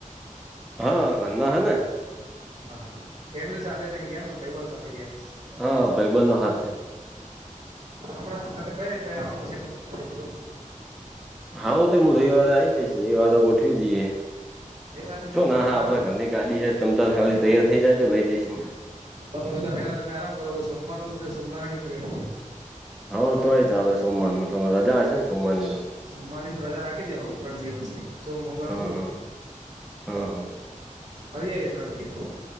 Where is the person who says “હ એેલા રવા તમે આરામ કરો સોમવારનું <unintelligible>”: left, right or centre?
Right